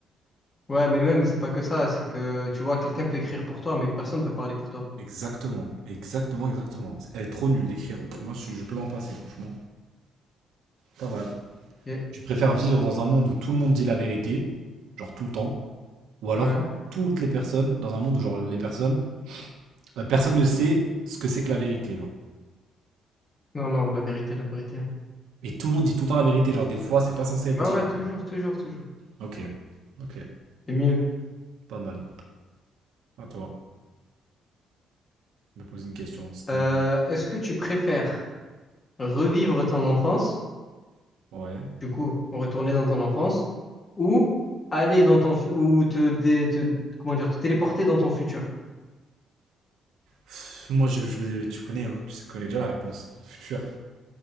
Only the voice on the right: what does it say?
Exactement, exactement, exactement. Elle est trop nulle d'écrire. moi, je, je peux m'en passer, franchement. Pas mal.
Je préfère vivre dans un monde où tout le monde dit la vérité, genre tout le temps, ou alors
toutes les personnes, dans un monde où genre les personnes, la personne ne sait ce que c'est que la vérité, genre.
Et tout le monde dit tout le temps la vérité, genre des fois, c'est pas censé être
dit.
Ok, ok,
pas mal. À toi, je me pose une question. si t'en-
Ouais.
Pff, Moi, je, je vais, tu connais, hein, tu connais déjà la réponse. Futur.